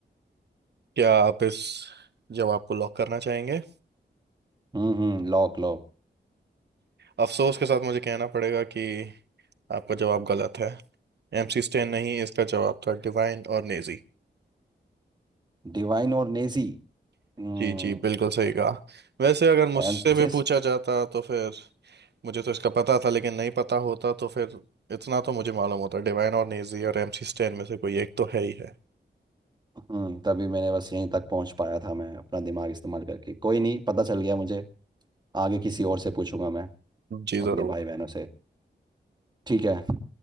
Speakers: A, on the right; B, on the right.
A: क्या आप इस जवाब को लॉक करना चाहेंगे
B: हम्म हम्म लॉक
A: अफसोस के साथ मुझे कहना पड़ेगा कि आपका जवाब गलत है एमसी स्टैन नहीं इसका जवाब था डिवाइन और नेजी
B: डिवाइन और नेजी हम्म
A: जी जी बिल्कुल सही कहा वैसे अगर मुझसे
B: एमसेस
A: भी पूछा जाता तो फिर मुझे तो इसका पता था लेकिन नहीं पता होता तो फिर इतना तो मुझे मालूम होता डिवाइन और नेजी और एमसी स्टैन में से कोई एक तो है ही है
B: हम्म तभी मैंने बस यहीं तक पहुंच पाया था मैं अपना दिमाग इस्तेमाल करके कोई नहीं पता चल गया मुझे आगे किसी और से पूछूंगा मैं
A: जी
B: अपने
A: जरूर
B: भाई बहनों से ठीक है